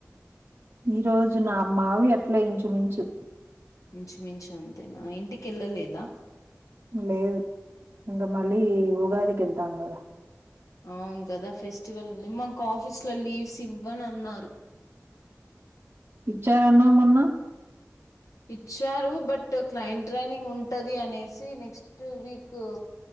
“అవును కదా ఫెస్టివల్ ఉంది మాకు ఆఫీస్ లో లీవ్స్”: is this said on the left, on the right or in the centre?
Left